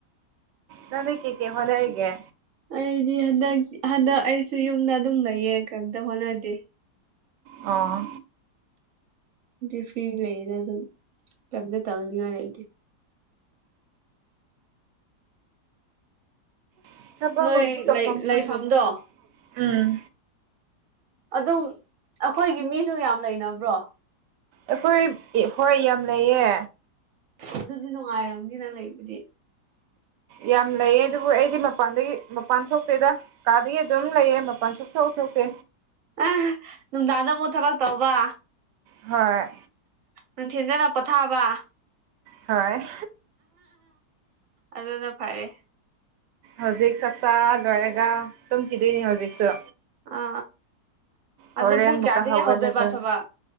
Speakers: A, on the right; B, on the right.
A: ꯅꯃꯤ ꯀꯦ ꯀꯦ ꯍꯣꯅꯔꯤꯒꯦ
B: ꯑꯩꯗꯤ ꯍꯟꯗꯛ ꯍꯟꯗꯛ ꯑꯩꯁꯨ ꯌꯨꯝꯗ ꯑꯗꯨꯝ ꯂꯩꯌꯦ ꯀꯝꯇ ꯍꯣꯠꯅꯗꯦ
A: ꯑꯥ
B: ꯗꯤ ꯐ꯭ꯔꯤꯗ ꯂꯩꯗ ꯑꯗꯝ ꯀꯩꯝꯇ ꯇꯧꯅꯉꯥꯏ ꯂꯩꯇꯦ
A: ꯁ ꯊꯕꯛ
B: ꯅꯣꯏ
A: ꯀꯨꯝꯁꯨ ꯇꯧꯐꯝ
B: ꯂꯩ
A: ꯈꯪꯗꯦꯗ
B: ꯂꯩꯐꯝꯗꯣ
A: ꯎꯝ
B: ꯑꯗꯨꯝ ꯑꯩꯈꯣꯏꯒꯤ ꯃꯤꯁꯨ ꯌꯥꯝ ꯂꯩꯅꯕ꯭ꯔꯣ
A: ꯑꯩꯈꯣꯏꯞ ꯍꯣꯏ ꯌꯥꯝ ꯂꯩꯌꯦ
B: ꯑꯗꯨꯗꯤ ꯅꯨꯡꯉꯥꯏꯔꯝꯅꯤꯅ ꯂꯩꯕꯗꯤ
A: ꯌꯥꯝ ꯂꯩꯌꯦ ꯑꯗꯨꯕꯨ ꯑꯩꯗꯤ ꯃꯄꯥꯟꯗꯒꯤ ꯃꯄꯥꯟ ꯊꯣꯛꯇꯦꯗ ꯀꯗꯥꯒꯤ ꯑꯗꯨꯝ ꯂꯩꯌꯦ ꯃꯄꯜ ꯁꯨꯡꯊꯣꯛ ꯊꯣꯛꯇꯦ
B: ꯑ ꯅꯨꯡꯗꯥꯡꯗ ꯑꯃꯨꯛ ꯊꯕꯛ ꯇꯧꯕ
A: ꯍꯣꯏ
B: ꯅꯨꯡꯊꯤꯟꯗꯅ ꯄꯣꯊꯥꯕ
A: ꯍꫭꯏ
B: ꯑꯗꯨꯅ ꯐꯔꯦ
A: ꯍꯧꯖꯤꯛ ꯆꯥꯛꯆꯥ ꯂꯣꯏꯔꯒ ꯇꯨꯝꯈꯤꯗꯣꯏꯅꯤ ꯍꯧꯖꯤꯛꯁꯨ
B: ꯑ ꯑꯗꯨ
A: ꯍꯣꯔꯦꯟ
B: ꯄꯨꯡ
A: ꯑꯃꯨꯛꯀ
B: ꯀꯦꯌꯥꯗꯒꯤ
A: ꯍꯧꯒꯠꯂꯒ
B: ꯍꯧꯗꯣꯏꯕ ꯊꯕꯛ